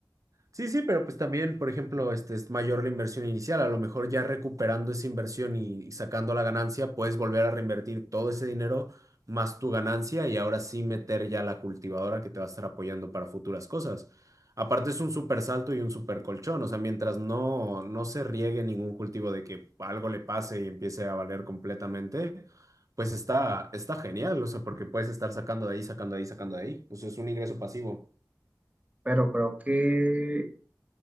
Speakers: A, on the right (about 50°); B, on the right (about 20°).
A: Sí, sí, pero pues también, por ejemplo, este es mayor la inversión inicial. A lo mejor ya recuperando esa inversión y, y sacando la ganancia, puedes volver a reinvertir todo ese dinero más tu ganancia y ahora sí meter ya la cultivadora que te va a estar apoyando para futuras cosas. Aparte es un súper salto y un súper colchón. O sea, mientras no, no se riegue ningún cultivo de que algo le pase y empiece a valer completamente, pues está, está genial. O sea, porque puedes estar sacando de ahí, sacando de ahí, sacando de ahí. O sea, es un ingreso pasivo.
B: Pero creo que